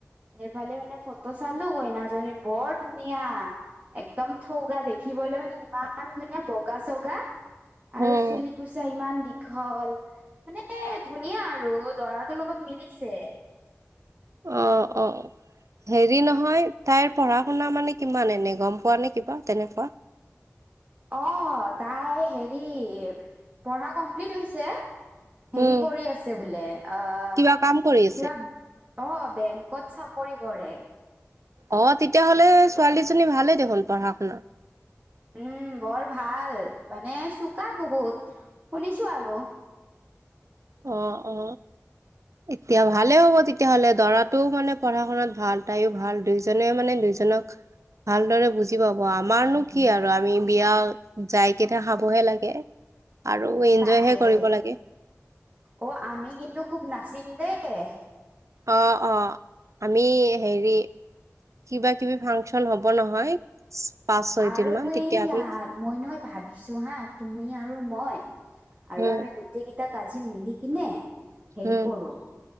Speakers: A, on the right; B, on the right.
A: ইফালে মানে ফটো চালো কইনাজনী বৰ ধুনীয়া একদম থৌগা দেখিবলৈ মানে ইমান ধুনীয়া বগা চগা আৰু
B: উম
A: চুলি কুচা ইমান দীঘল মানে ধুনীয়া আৰু দৰাটোৰ লগত মিলিছে
B: অ অ অ হেৰি নহয় তাইৰ পঢ়া শুনা মানে কিমান এনে গম পোৱা নে কিবা তেনেকুৱা
A: <inaudible> অ তাই হেৰি পঢ়া কমপ্লিট হৈছে হেৰি
B: উম
A: কৰি আছে বোলে অ
B: কিবা কাম
A: কিবা
B: কৰি আছে
A: অ বেগ ক'ত চাকৰি কৰে
B: অ তেতিয়াহ'লে ছোৱালীজনী ভালেই দেখোন পঢ়া শুনা
A: উম বৰ ভাল মানে চোকা বহুত শুনিছো আৰু
B: অ অ এতিয়া ভালে হ'ব তেতিয়াহ'লে দৰাটোও মানে পঢ়া শুনাত ভাল তাইও ভাল দুইোজনে মানে দুই সিজনক ভালদৰে বুজি পাব আমাৰনো কি আৰু আমি বিয়া যাইকেইটা খাবহে লাগে আৰু এনজয়হে
A: তাকে
B: কৰিব লাগে
A: অ আমি কিন্তু খুব নাচিম দেেই
B: অ অ আমি হেৰি কিবা কিবি ফাংচন হব নহয় পাঁচ ছয়
A: আৰু
B: দিন মান
A: এইয়া
B: তেতিয়া আমি
A: মই নহয় ভাবিছো হা তুমি আৰু মই আৰু
B: উম
A: আমি গোটেইকেইটা কাজিন মিলি কিনে হেৰি
B: উম
A: কৰো